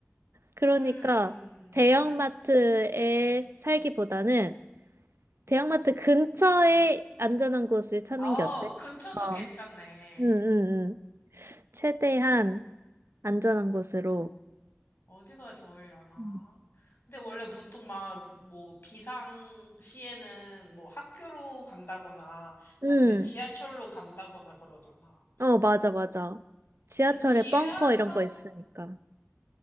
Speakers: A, on the right; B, on the left.
A: 그러니까
B: 음,
A: 대형마트에 살기보다는 대형마트 근처에 안전한 곳을 찾는
B: 아,
A: 게 어때?
B: 근처도
A: 어.
B: 괜찮네.
A: 응, 응, 응. 최대한 안전한 곳으로.
B: 어디가 좋으려나?
A: 응,
B: 근데 원래 보통 막, 뭐, 비상시에는 뭐 학교로 간다거나
A: 응.
B: 아니면 지하철로 간다거나 그러잖아.
A: 어, 맞아, 맞아. 지하철에
B: 근데 지하가,
A: 벙커 이런 거 있으니까.